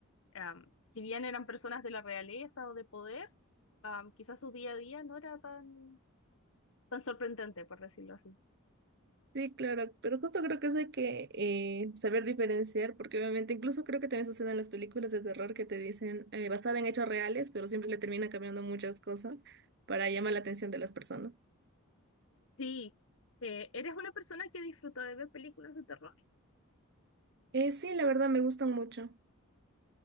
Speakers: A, on the left (about 65°); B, on the right (about 50°).
A: em, si bien eran personas de la realeza o de poder, am, quizás su día a día no era tan, tan sorprendente, por decirlo así.
B: Sí, claro, pero justo creo que eso hay que eh, saber diferenciar, porque obviamente incluso creo que también sucede en las películas de terror que te dicen eh, basada en hechos reales, pero siempre le terminan cambiando muchas cosas para llamar la atención de las personas.
A: Sí, eh, ¿eres una persona que disfruta de ver películas de terror?
B: Eh, sí, la verdad me gustan mucho.